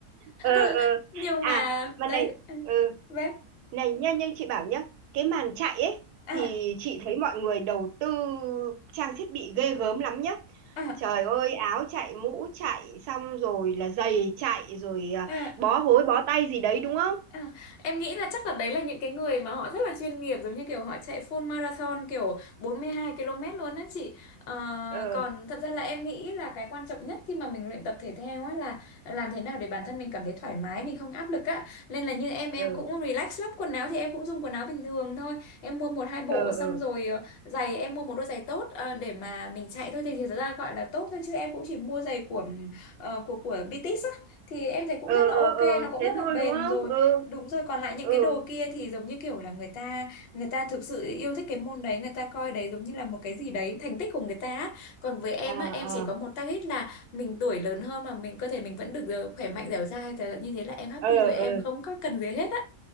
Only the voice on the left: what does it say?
<laughs>
Nhưng
mà
đấy.
ừ,
Đấy.
À
à
à
À, em nghĩ là chắc là đấy là những cái người mà họ rất là chuyên nghiệp giống như kiểu họ chạy full marathon kiểu 42 km luôn á chị. Ờ,
còn thật ra là em nghĩ là cái quan trọng nhất khi mà mình luyện tập thể thao á là làm thế nào để bản thân mình cảm thấy thoải mái, mình không áp lực á. Nên là như em em
cũng relax lắm, quần áo thì em cũng dùng quần áo bình thường thôi. Em mua một hai bộ
xong
rồi ờ, giày em mua một đôi giày tốt ờ, để mà mình chạy thôi thì thì thật ra gọi là tốt thôi chứ em cũng chỉ mua giày của ờ, của của BTS á thì em thấy cũng
rất là
ok,
nó cũng
rất là
bền
rồi
Đúng rồi, còn lại những
cái đồ kia thì giống như kiểu là người ta người ta thực sự yêu thích cái môn đấy, người ta coi đấy giống như là một cái gì đấy, thành tích của người ta. á. Còn với em
á, em chỉ có một target là mình tuổi lớn hơn mà mình cơ thể mình vẫn được ờ, khỏe mạnh dẻo dai thế là như thế là em happy
rồi,
em không có cần gì hết á.